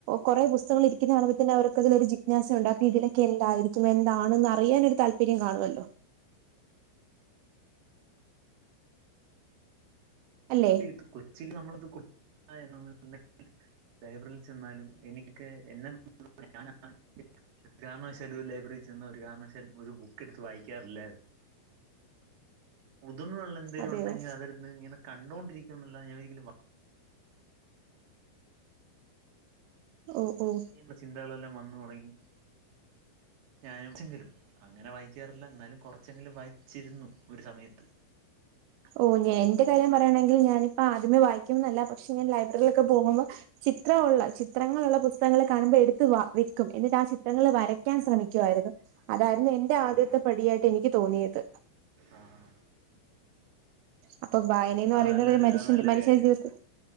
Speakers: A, on the right; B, on the right.
A: കുറെ പുസ്തകങ്ങള് ഇരിക്കുന്നെ കാണുമ്പ തന്നെ അവർക്കതിലൊരു ജിജ്ഞാസ ഉണ്ടാക്കും. ഇതിലൊക്കെ എന്തായിരിക്കും? എ ന്താണെന്ന് അറിയാൻ ഒരു താല്പര്യം കാണുവല്ലോ? അല്ലെ?
B: ത് കൊച്ചില് നമ്മളത് <unintelligible> ലൈബ്രറിൽ ചെന്നാലും എനിക്കൊക്കെ എന്നെ <unintelligible> ഒരു കാരണവശാലും ഒരു ലൈബ്രറിൽ ചെന്ന ഒരു കാരണവശാലും ഒരു ബുക്ക് എടുത്ത് വായിക്കാറില്ല പുതുമുള്ള എന്തങ്കലും
A: അതെയോ
B: ഉണ്ടെങ്കിൽ അതിരുന്ന് ഇങ്ങനെ കണ്ടുകൊണ്ടിരിക്കും എന്നല്ലാതെ ഞാൻ ഒരിക്കലും വാ
A: ഓ ഓ
B: നുള്ള ചിന്തകളെല്ലാം വന്നു തുടങ്ങി ഞാനും ചെങ്കലും അങ്ങനെ വായിക്കാറില്ല എന്നാലും കുറച്ചെങ്കിലും വായിച്ചിരുന്നു ഒരു സമയത്ത്
A: ഓ ഞ എന്റെ കാര്യം പറയാണെങ്കിൽ ഞാനിപ്പോ ആദ്യമേ വായിക്കും ന്നല്ല പക്ഷ ഞാൻ ലൈബ്രറിയിലൊക്കെ പോകുമ്പോൾ ചിത്രമുള്ള ചിത്രങ്ങളുള്ള പുസ്തകങ്ങൾ കാണുമ്പോൾ എടുത്ത വ വെക്കും എന്നിട്ട് ആ ചിത്രങ്ങൾ വരയ്ക്കാൻ ശ്രമിക്കുമായിരുന്നു അതായിരുന്നു എന്റെ
B: ഓ
A: ആദ്യത്തെ പടിയായിട്ട് എനിക്ക് തോന്നിയത്
B: ആഹ് ആഹ്
A: അപ്പൊ വായനന്ന്
B: അത്
A: പറയുന്നത്
B: നല്ലൊരു
A: മനുഷ്യന്റെ
B: അത് നല്ലൊരു
A: മനുഷ്യന്റെ
B: കാര്യമാണ്
A: ജീവിതത്ത്